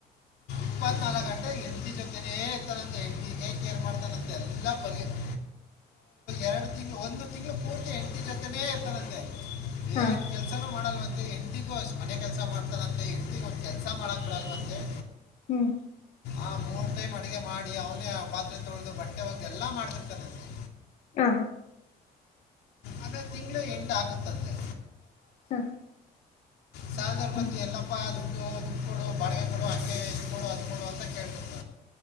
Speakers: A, on the left (about 80°); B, on the left (about 45°).
A: ಇಪ್ಪತ್ನಾಾಲ್ಕು ಗಂಟೆ ಎಂಟಿ ಜೊತೆೇ ಇರ್ತಾನಂತೆ ಎಂಟ ಕೇರ್ ಮಾಡ್ತಾನಂತೆ ಎಲ್ಲ ಪರಿ <inaudible> ಎರಡು ತಿಂಗಳು ಒಂದು ತಿಂಗಳು ಪೂರ್ತಿ ಎಂಟು ಜೊತ್ತನೇ ಇರ್ತಾನಂತೆ
B: ಹಾ
A: ಏನು ಕೆಲಸನೂ ಮಾಡಲ್ವಂತೆ ಹೆಂಡ್ತಿಗೂ ಅಷ್ಟ್ ಮನೆ ಕೆಲಸ ಮಾಡ್ತಾನಂತೆ ಹೆಂಡ್ತಿಗೆ ಒಂದು ಕೆಲಸ ಮಾಡಕ್ಕೆ ಬಿಡಲ್ವಂತೆ
B: ಹ್ಮ್
A: ಆ ಮೂರು ಟೈಮ್ ಅಡುಗೆ ಮಾಡಿ ಅವನೇ ಪಾತ್ರೆ ತೊಳ್ದದು ಬಟ್ಟೆ ಹೋಗ್ದು ಎಲ್ಲಾ ಮಾಡ್ತಿರ್ತಾನಂತೆ
B: ಹಾ
A: ಅದೇ ತಿಂಗಳು ಎಂಡ್ ಆಗುತ್ತಂತೆ
B: ಹಾ
A: ಸಾಲಲ್ದಾರ್ ಬಂದಿ
B: ಹಾ
A: ಎಲ್ಲಪ್ಪ ದುಡ್ಡು ಇದು ದುಡ್ಡು ಕೊಡು ಬಾಡಿಗೆ ಕೊಡು ಹಾಗಂಗೆ ಇ ಕೊಡು ಅದು ಕೊಡು ಅಂತ ಕೇಳ್ತತ